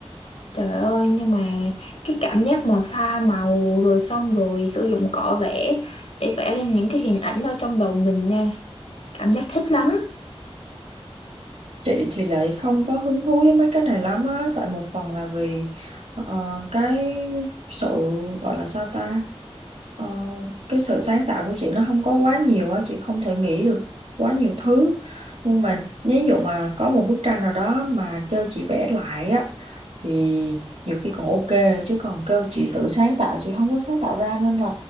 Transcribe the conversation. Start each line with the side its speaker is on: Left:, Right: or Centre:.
Left: trời ơi nhưng mà cái cảm giác mà pha màu rồi xong rồi sử dụng cọ vẽ để vẽ lên những cái hình ảnh ở trong đầu mình nha cảm giác thích lắm
Right: Chị thì lại không có hứng thú với mấy cái này lắm á, tại một phần là vì ờ, cái sự gọi là sao ta, Ờ, cái sự sáng tạo của chị nó không có quá nhiều á, chị không thể nghĩ được quá nhiều thứ. Nhưng mà ví dụ mà có một bức tranh nào đó mà kêu chị vẽ lại á, thì nhiều khi còn ok, chứ còn kêu chị tự sáng tạo, chị không có sáng tạo ra nên là